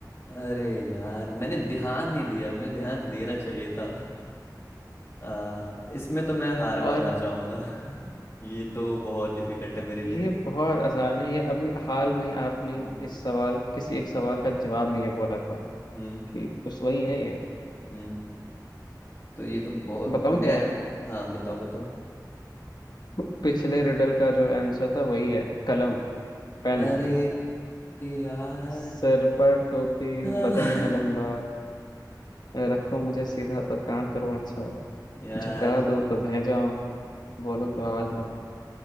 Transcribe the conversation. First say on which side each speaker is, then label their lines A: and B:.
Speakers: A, on the left (about 35°); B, on the left (about 70°).
A: अरे यार मैंने ध्यान नहीं दिया मुझे ध्यान देना चाहिए था आ, इसमें तो मैं हार मानना
B: और
A: चाहूंगा <laughs> ये तो बहुत डिफिकल्ट है मेरे लिए
B: ये बहुत आसान है ये अभी हाल में ही आपने
A: हम्म
B: इस सवाल किसी
A: हम्म
B: एक सवाल का जवाब में ये बोला था
A: हम्म
B: कि उस वही है ये
A: हम्म, तो ये तो बहुत
B: बताऊं
A: मैं
B: क्या है
A: हाँ बताओ बताओ
B: <laughs> पिछले रिडल का जो आंसर था वही है कलम पेन
A: अरे यार
B: सिर पर टोपी
A: <laughs>
B: बदन है लंबा रखो मुझे सीधा तो काम करूं अच्छा
A: यार
B: झुका दो तो बह जाऊं बोलो तो आवाज लगाऊं